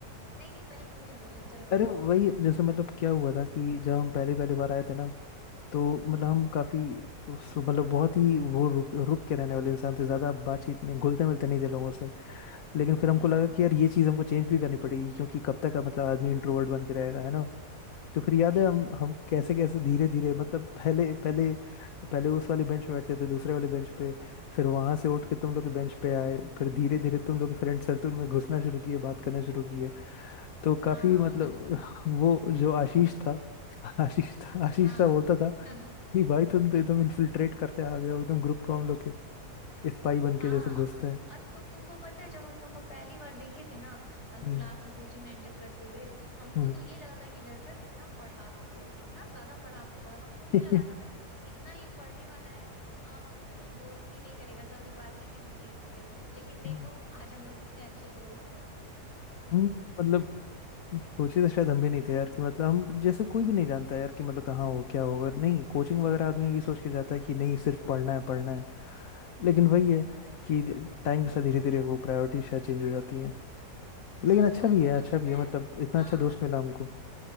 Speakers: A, on the left; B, on the left.
A: नहीं नहीं पहले तुम ही बोल लो चलो बताओ
B: अरे वही जैसे मतलब क्या हुआ था कि जब हम पहले पहली बार आए थे ना तो मतलब हम काफी उस- मतलब बहुत ही वो रुक रुक के रहने वाले इंसान थे ज्यादा बातचीत नहीं घुलते मिलते नहीं थे लोगों से लेकिन फिर
A: हाँ
B: हमको लगा
A: हाँ
B: कि यार ये चीज़ हमको चेंज भी करनी पड़ेगी क्योंकि कब तक मतलब आदमी इंट्रोवर्ट बन के रहेगा है ना तो फिर याद
A: सही
B: है हम
A: बात
B: हम
A: है
B: कैसे कैसे धीरे धीरे मतलब पहले पहले पहले उस वाली बेंच पे बैठते थे दूसरे वाले बेंच पे फिर वहां से उठ के तुम लोग के बेंच पे आए फिर धीरे धीरे तुम लोग फ्रेंड सर्कल में घुसना शुरू किए बात करना शुरू किए तो
A: हाँ
B: काफी मतलब वो जो आशीष
A: <laughs>
B: था आशीष था आशीष
A: हाँ
B: था बोलता था
A: <laughs>
B: कि भाई तुम तो एकदम इन्फिल्ट्रेट करते आ गए हो एकदम ग्रुप को हम लोग के स्पाई बन
A: हाँ
B: के जैसे घुसते हैं
A: और तु, तुमको पता है जब हम तुमको पहली बार देखे थे ना अ,
B: हम्म,
A: क्लास में कोचिंग में एंटर करते हुए हमको
B: हम्म,
A: तो ये लगा था ये लड़का कितना पढ़ाकू है कितना ज्यादा पढ़ाकू है और हमको ये
B: <laughs>
A: लगा था ना इतना ये पढ़ने वाला है अ, हमसे कभी दोस्ती नहीं करेगा कभी बात ही नहीं होगी इससे लेकिन देखो
B: हम्म,
A: आज हम लोग कितने अच्छे दोस्त हैं
B: हम्म, मतलब सोचे तो शायद हम भी नहीं थे यार कि मतलब हम जैसे कोई भी नहीं जानता यार कि मतलब कहाँ हो क्या होगा नहीं कोचिंग वगैरह आदमी ये सोच के जाता है कि नहीं सिर्फ पढ़ना है पढ़ना है लेकिन वही
A: सही
B: है
A: बात है
B: कि टाइम के साथ धीरे धीरे वो प्रायोरिटी शायद चेंज हो जाती है
A: हाँ
B: लेकिन अच्छा
A: और
B: भी
A: क्या
B: है
A: और
B: अच्छा
A: पता
B: भी है
A: है
B: मतलब इतना
A: हाँ
B: अच्छा दोस्त मिला हमको